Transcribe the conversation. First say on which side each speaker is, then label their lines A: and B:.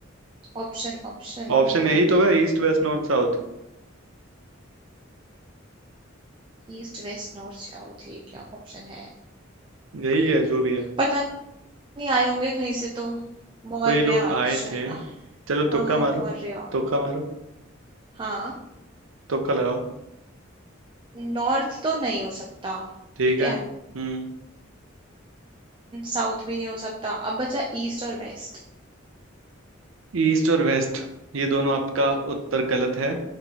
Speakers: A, on the right; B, on the right.
A: Option option
B: ऑप्शन
A: हम्म
B: यही तो है ईस्ट वेस्ट नॉर्थ साउथ
A: East west north south ये क्या ऑप्शन है
B: यही है जो भी है
A: पता नहीं आए होंगे कहीं से तो मौर्य
B: तो ये लोग
A: अच्छा
B: आए थे चलो
A: हाँ
B: तुक्का मारो
A: मौर्य
B: तुक्का मारो
A: हाँ
B: तुक्का लगाओ
A: नॉर्थ तो नहीं हो सकता
B: ठीक
A: ठीक
B: है
A: है
B: हम्म
A: साउथ भी नहीं हो सकता अब बचा ईस्ट और वेस्ट
B: ईस्ट और वेस्ट ये दोनों आपका उत्तर गलत है